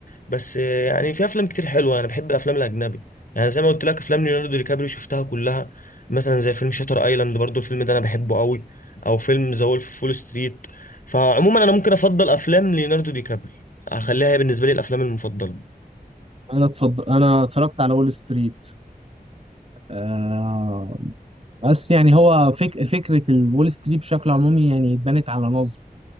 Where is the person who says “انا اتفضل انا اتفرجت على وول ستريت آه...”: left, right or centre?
Right